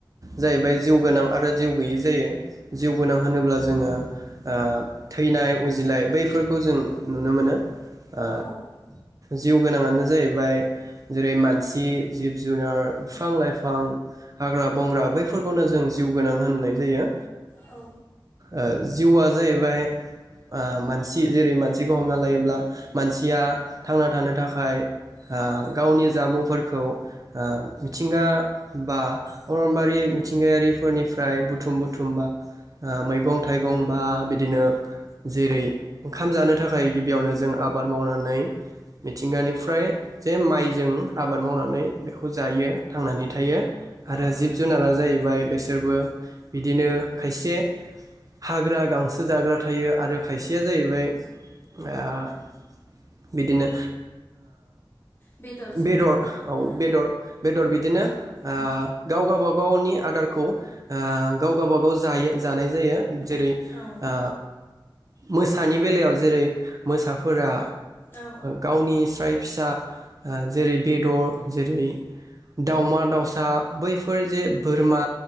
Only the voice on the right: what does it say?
जाहैबाय जिउ गोनां आरो जिउ गैयि जायो जिउ गोनां होनोब्ला जोङो ओ थैनाय उजिनाय बैफोर खौ जों नुनो मोनो ओ
जिउ गोनाङानो जाहैबाय जेरै मानसि जिब जुनार बिफां लाइफां। हाग्रा बंग्रा बैफोरखौनो जों जिउ गोनां होननाय जायो।
ओ जिउआ जाहैबाय ओ मानसि जेरै मानसिखौ हमना लायोब्ला मानसिया थांना थानो थाखाय ओ गावनि जामुंफोरखौ मिथिंगा बा अरनबारि मिथिंगायारिफोरनिफ्राय बुथुम बुथुमबा। मैगं थाइगं बा बिदिनो जेरै- ओंखाम जानो थाखाय गिबियावनो जों आबाद मावनानै मिथिंगानिफ्राय जे माइजों आबाद मावनानै बेखौ जायो थांनानै थायो। आरो
जिब
जुनारा जाहैबाय बेसे बिसोरबो बिदिनो खायसे हाग्रा गांसो जाग्रा थायो आरो खायसे सेया जाहैबाय ओ बिदिनो
बेदर औ
बेदर बेदर बिदिनोओ
गाव गावबागावनि आदारखौ गाव गाबागाव जायो जानाय जायो। जेरै-
ओ मोसानि बेलायाव जेरै मोसाफोरा
गावनि स्राय फिसा जेरै बेदर जेरै दावमा दाउसा बैफोर जे बोरमा।